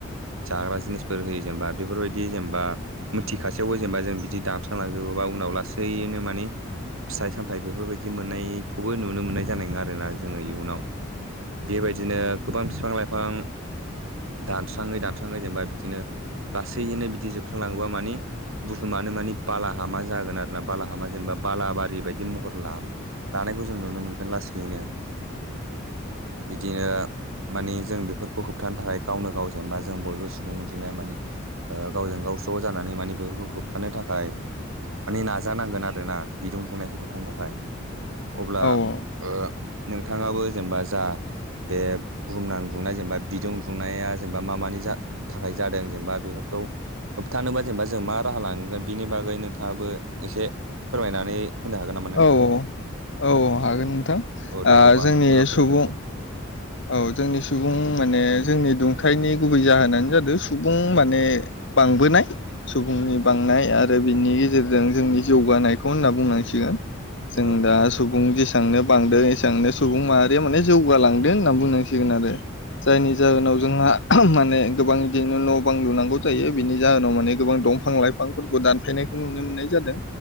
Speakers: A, on the right; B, on the left.
A: जाग्रा जिनिसफोर होयो जेनबा बेफोरबायदि जेनबा मोथिखासेयावबो जेनबा जों बिदि दानस्रांलाजोबो। एबा उनाव लासैनो माने फिथाइ सामथाय बेफोरबायदि मोननाय खौबो नुनो मोननाय जानाय नोङा आरोना जोङो इयुनाव बेबायदिनो गोबां फिफां लाइफां दानस्राङै दानस्राङै जेनबा बिदिनो लासैनो बिदि जोबस्रांलाङोबा माने बुहुमानो माने बालाहामा जागोन आरो ना बालाहामा जेनेबा बालाबारि बायदि महर लानो लानायखौ जों नुनो मोनगोन लासैनो बिदिनो माने जों बेफोरखौ होबथानो थाखाय गावनो गाव‌ जेनबा जों बयबो सुबुं अनजिमाया माने ओ गावजों गाव गाव ज जानानै माने बेफोरखौ होबथानो थाखाय माने नाजानांगोन आरोना बिदुं दुंनायखौ होबथानो थाखाय। अब्ला
B: औ
A: ओ नोंथाङाबो जेनेबा जा बे बुहुमनां दुंनाय जेनेबा बिदुं दुंनाया जेनेबा मा मानि जा थाखाय जादों जेनेबा बेफोरखौ होबथानोबा जेनेबा जों मा राहा लानांगोन बिनि बागै नोंथाङाबो एसे फोरमायनानै होनो हागोन नामा नोंथाङा
B: औ औ औ हागोन नोंथां
A: औ दे
B: ओ
A: अब्ला
B: जोंनि
A: नोंथाङा फोरमायना
B: सुबुं
A: होदो
B: औ जोंनि सुबुं माने जोंनि दुंथायनि गुबै जाहोनानो जादों सुबुं माने बांबोनाय सुबुंनि
A: औ
B: बांनाय आरो बिनि गेजेरजों जोंनि जौगानायखौ होनना बुंनांसिगोन जों
A: औ
B: दा सुबुं जे एसांनो बांदों एसबांनो सुबुं माहारिया माने जौगालांदों होनना बुंनांसिगोन
A: उम
B: आरो जायनि जाहोनाव जोंहा <unintelligible> माने गोबां बिदिनो न' बां लुनांगौ जायो बिनि जाहोनाव माने गोबां दंफां लाइफांफोरखौ दानफायनायखौ नुनो मोननाय जादों